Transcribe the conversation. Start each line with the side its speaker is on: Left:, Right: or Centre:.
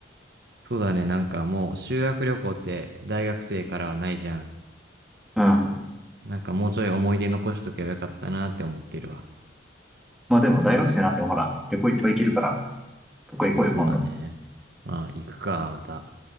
Right: そうだね、なんかもう修学旅行って大学生からはないじゃん。
Centre: うん。
Right: なんかもうちょい思い出残しとけばよかったなって思ってるわ。
Centre: まあでも大学生になってもほら、旅行いっぱい行けるから、どこ行こうよ、
Right: まあそうだね。
Centre: 今度。
Right: まあ行くか、また。